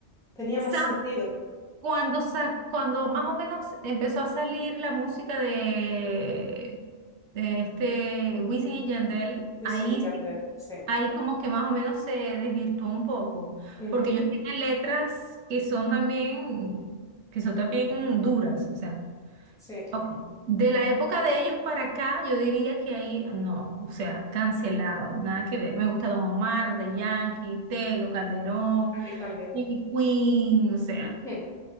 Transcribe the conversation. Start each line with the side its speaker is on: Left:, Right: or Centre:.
Centre: tenía más
Right: Sa-
Centre: sentido.
Right: Cuando, sa- cuando más o menos empezó a salir la música de, de este Wisin y Yandel,
Centre: Wisin
Right: ahí,
Centre: y Yandel,
Right: sí-
Centre: sí.
Right: ahí como que más o menos se desvirtuó un poco,
Centre: Ujú,
Right: porque ellos tienen letras que son también, que son también duras, o sea.
Centre: Sí, a
Right: Ok. De la época de ellos para acá, yo diría que ahí no, o sea, cancelado, nada que ver. Me gusta Don Omar, The Yankee, Tego, Calderón,
Centre: mí también.
Right: Ivy Queen, o sea,
Centre: Mm.